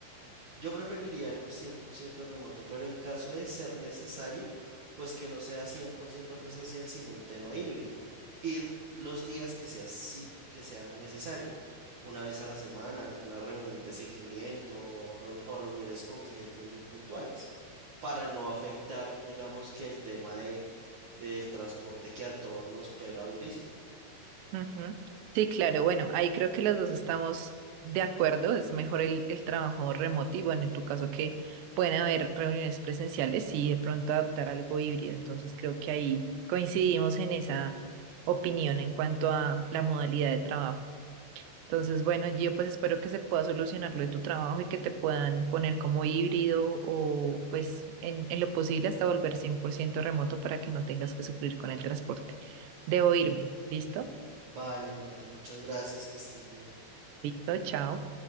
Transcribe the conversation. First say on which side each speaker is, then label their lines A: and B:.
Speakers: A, on the right; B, on the right.
A: Yo preferiría algo 100% remoto, pero en caso de ser necesario, pues que no sea 100% presencial, sino un tema híbrido. Ir los días que sea, sim- que sea necesario, una vez a la semana, alguna reunión de seguimiento o, reun- o reuniones con clientes muy puntuales, para no afectar, digamos, que el tema de, del transporte que a todos nos pega durísimo.
B: Ujú. Sí, claro, bueno, ahí creo que los dos estamos de acuerdo, es mejor el, el trabajo remoto y bueno, en tu caso que pueden haber reuniones presenciales y de pronto adaptar algo híbrido, entonces creo que ahí coincidimos en esa opinión en cuanto a la modalidad de trabajo. Entonces, bueno, yo pues espero que se pueda solucionar lo de tu trabajo y que te puedan poner como híbrido o pues en, en lo posible hasta volver 100% remoto para que no tengas que sufrir con el transporte. Debo irme, ¿listo?
A: Vale, Nata, muchas gracias, que estés bien.
B: Listo, chao.